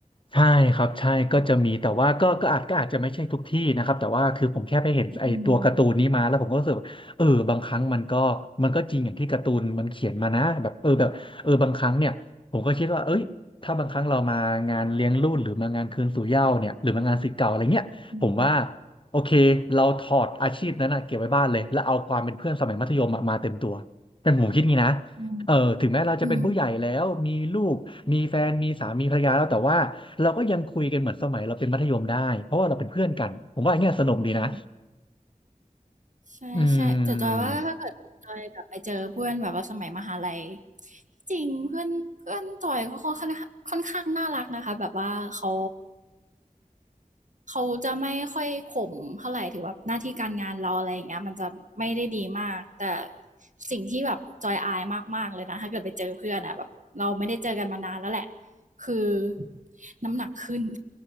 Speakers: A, on the left; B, on the right.
A: ใช่ครับใช่ก็จะมีแต่ว่าก็ก็อาจก็อาจจะไม่ใช่ทุกที่นะครับแต่ว่าคือผมแค่ไปเห็นไอ้ตัวการ์ตูนนี้มาแล้วผมก็รู้สึกว่าเออบางครั้งมันก็มันก็จริงอย่างที่การ์ตูนมันเขียนมานะแบบเออแบบเออบางครั้งเนี่ยผมก็คิดว่าเอ้ยถ้าบางครั้งเรามางานเลี้ยงรุ่นหรือมางานคืนสู่เหย้าเนี่ยหรือมางานศิษย์เก่าอะไรเงี้ยผมว่า
B: อืมอืม
A: โอเคเราถอดอาชีพนั้นนะเก็บไว้บ้านเลยแล้วเอาความเป็นเพื่อนสมัยมัธยมอะมาเต็มตัวเป็นผมคิดงี้นะ
B: อื
A: เออถึงแม้เราจะเป็นผู้ใหญ่แล้วมีลูกมีแฟนมีสามีภรรยาแล้วแต่ว่า
B: ม
A: เราก็ยังคุยกันเหมือนสมัยเราเป็นมัธยมได้เพราะว่าเราเป็นเพื่อนกันผมว่าอย่างเงี้ยสนุกดีนะ
B: อืม ใช่ใช่แต่จอยว่าถ้าเกิดจอยกลับไปเจอเพื่อนแบบว่าสมัยมหาลัย
A: อืม
B: ที่จริงเพื่อนเพื่อนจอยก็ค่อนข้างค่อนข้างน่ารักนะคะแบบว่าเขาเขาจะไม่ค่อยข่มเท่าไหร่ถือว่าหน้าที่การงานเราอะไรอย่างเงี้ยมันจะไม่ได้ดีมากแต่สิ่งที่แบบจอยอายมากๆเลยนะถ้าเกิดไปเจอเพื่อนอ่ะแบบเราไม่ได้เจอกันมานานแล้วแหละคือน้ำหนักขึ้น <laughs>